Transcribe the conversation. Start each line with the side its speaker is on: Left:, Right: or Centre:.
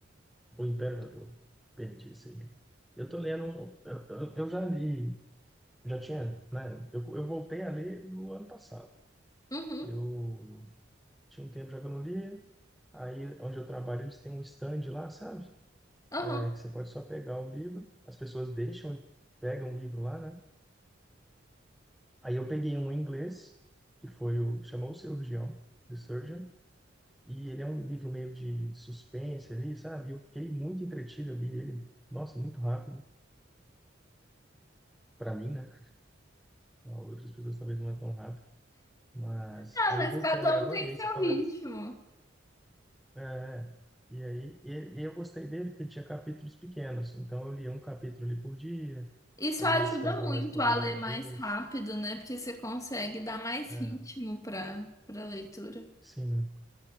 Centre: O Imperador. Perdi isso aí. Eu tô lendo. um- Eu, eu eu já li, já tinha, né? Eu, eu voltei a ler no ano passado.
Left: Uhum,
Centre: Eu tinha um tempo já que eu não lia. Aí, onde eu trabalho, eles têm um stand lá, sabe?
Left: uhum.
Centre: É, que você pode só pegar o livro, as pessoas deixam e pegam o livro lá, né? Aí eu peguei um em inglês, que foi o... Chamou o Cirurgião, The Surgeon, e ele é um livro meio de suspense ali, sabe? E Eu fiquei muito entretido ali, ele... Nossa, muito rápido, para mim, né? Outras pessoas talvez não é tão rápido. Mas
Left: Ah,
Centre: aí
Left: mas
Centre: eu voltei
Left: cada
Centre: ali agora,
Left: um tem
Centre: e aí
Left: seu
Centre: você fala...
Left: ritmo.
Centre: É, e aí e, e eu gostei dele porque ele tinha capítulos pequenos, então eu lia um capítulo ali por dia,
Left: Isso
Centre: às
Left: ajuda
Centre: vezes quando eu estava
Left: muito
Centre: mais empolgado
Left: a ler
Centre: eu lia
Left: mais
Centre: dois,
Left: rápido, né? Porque você consegue dar mais
Centre: é,
Left: ritmo pra, pra leitura.
Centre: sim. né?